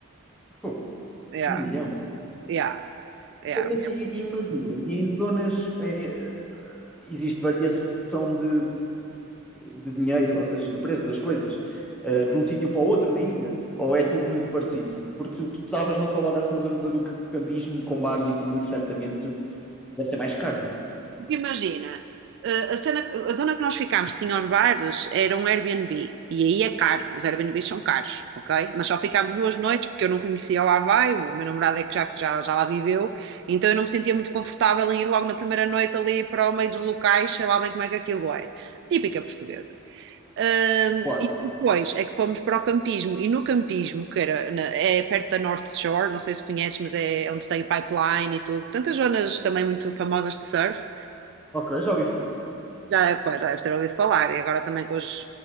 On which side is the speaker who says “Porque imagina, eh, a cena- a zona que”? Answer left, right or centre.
Right